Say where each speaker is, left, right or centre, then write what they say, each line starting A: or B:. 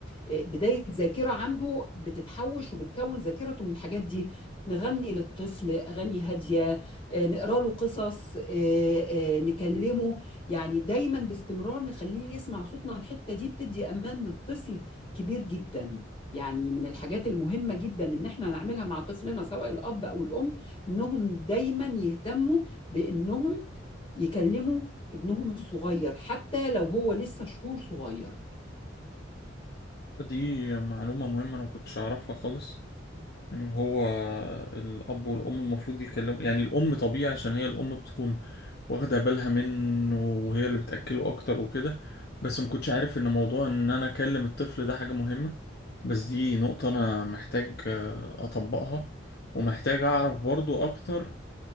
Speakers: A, on the left (about 30°); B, on the left (about 55°).
A: آه، بداية ذاكرة عنده بتتحوش وبتكون ذاكرته من الحاجات دي نغني للطفل أغاني هادية آه، نقرأ له قصص آه، آه، نكلمه يعني دايما باستمرار نخليه يسمع صوتنا الحتة دي بتدي أمان للطفل كبير جدا يعني من الحاجات المهمة جدا إن احنا نعملها مع طفلنا سواء الأب أو الأم إنهم دايما يهتموا بانهم يكلموا ابنهم الصغير حتى لو هو لسه شهور صغير
B: دي معلومه مهمه انا ما كنتش اعرفها خالص ان هو الاب والام المفروض يكلموا يعني الام طبيعي عشان هي الام بتكون واخده بالها منه وهي اللي بتاكله اكتر وكده بس ما كنتش عارف ان موضوع ان انا اكلم الطفل ده حاجه مهمه بس دي نقطه انا محتاج آه، اطبقها ومحتاج أعرف برضو أكتر